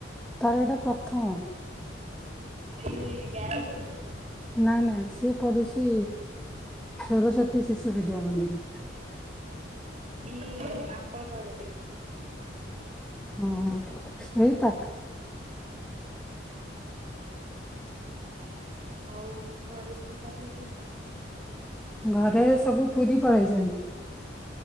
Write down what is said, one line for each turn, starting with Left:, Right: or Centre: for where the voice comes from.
Centre: ତାର ଏଇଟା ପ୍ର ତମ <inaudible>
Right: ଏଇ <inaudible> ପଡୁଛି
Centre: ନା ନା ସିଏ ପଡ଼ୁଛି ସରସ୍ଵତୀ ଶିଶୁ ବିଦ୍ୟା ମନ୍ଦିର।
Right: ଏଇ ଆପଣ କିବଧ <inaudible>
Centre: ହଁ। ସଇ ପାକ <inaudible>
Right: ହଉ ଘରେ ସବୁ କଣ କୁଚି?
Centre: ଘରେ ସବୁ ପୁରୀ ପଳେଇଚନି।